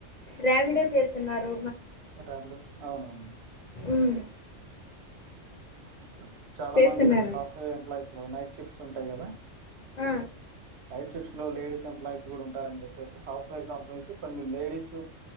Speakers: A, on the left (about 45°); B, on the right (about 60°).
A: రాపిడో చేస్తున్నారు
B: రాపిడో అవునవును
A: ఉమ్
B: అట్ల చాలా
A: చేస్తున్నారండి
B: మంది ఇప్పుడు సాఫ్ట్వేర్ ఎంప్లాయస్ లో నైట్ షిఫ్ట్స్ ఉంటాయ్ కదా
A: ఆ
B: నైట్ షిఫ్ట్స్ లో లేడీస్ ఎంప్లాయస్ కూడా ఉంటారని చెప్పేసి సాఫ్ట్వేర్ కంపెనీస్ కొన్ని లేడీస్